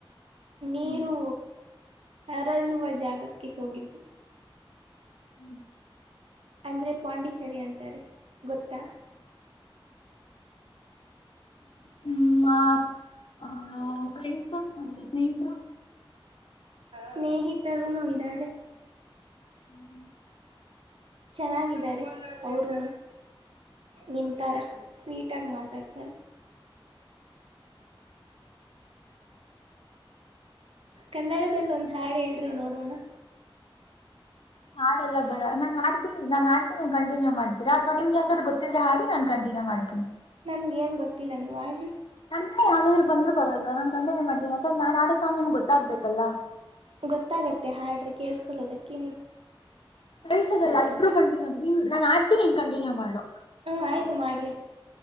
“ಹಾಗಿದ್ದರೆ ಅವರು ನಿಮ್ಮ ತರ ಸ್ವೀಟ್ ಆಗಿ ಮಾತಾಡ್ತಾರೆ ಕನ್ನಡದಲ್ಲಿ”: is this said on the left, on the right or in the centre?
Right